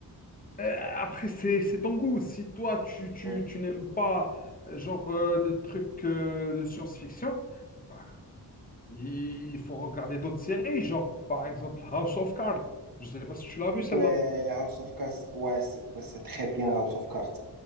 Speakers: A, on the left (about 20°); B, on the right (about 55°).
A: Euh, après, c'est c'est ton goût. Si toi, tu, tu,
B: Ouais,
A: tu n'aimes pas, euh, genre, euh, des trucs euh, de science-fiction, bah, il faut regarder d'autres séries, genre, par exemple, House of Cards. Je sais pas si tu l'as vu, celle-là.
B: Euh, House of Cards, ouais, c'est bah, c'est très bien House of Cards.